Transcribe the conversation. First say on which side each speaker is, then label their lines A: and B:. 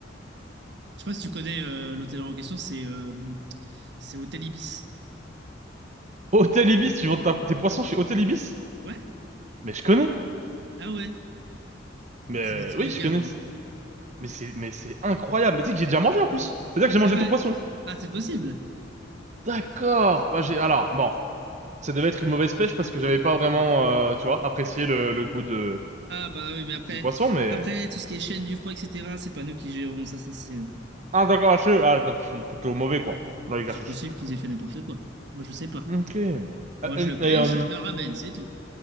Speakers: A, on the right; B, on the right.
A: Je sais pas si tu connais euh, l'hôtellerie en question, c'est euh, c'est Hôtel Ibis.
B: Hôtel Ibis, tu vends ta- tes poissons chez Hôtel Ibis?
A: Ouais?
B: Mais je connais.
A: Ah ouais,
B: Mais euh,
A: c'est du très
B: oui,
A: haut de
B: je
A: gamme,
B: connais.
A: hein.
B: Mais c'est, mais c'est incroyable. Mais tu sais que j'ai déjà mangé, en plus. C'est-à-dire que j'ai
A: C'est
B: mangé
A: vrai.
B: ton poisson.
A: Ah, c'est possible.
B: D'accord. Bah, j'ai, alors, bon. Ça devait être une mauvaise pêche parce que j'avais pas vraiment, euh, tu vois, apprécié le, le goût de,
A: Ah bah oui, mais après,
B: du poisson, mais.
A: après tout ce qui est chaîne du froid, et cetera c'est pas nous qui gérons ça, ça c'est
B: Ah, d'accord, ah, c'est- ah, donc ils sont plutôt mauvais, quoi, dans l'exercice.
A: c'est possible qu'ils aient fait n'importe quoi. Moi, je sais pas.
B: Ok. Euh,
A: Moi,
B: euh,
A: je le
B: Et,
A: pêche
B: euh,
A: et je le ramène, c'est tout.